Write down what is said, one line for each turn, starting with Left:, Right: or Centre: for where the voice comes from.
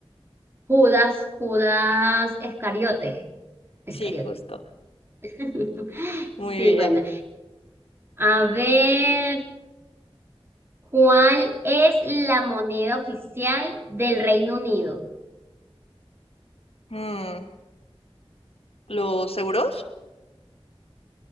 Right: Judas, Judas Escariote. Escariote.
Left: Sí, justo.
Right: <laughs>
Left: Muy
Right: Sí,
Left: bien.
Right: bueno. A ver, ¿cuál es la moneda oficial del Reino Unido?
Left: Mm, ¿los euros?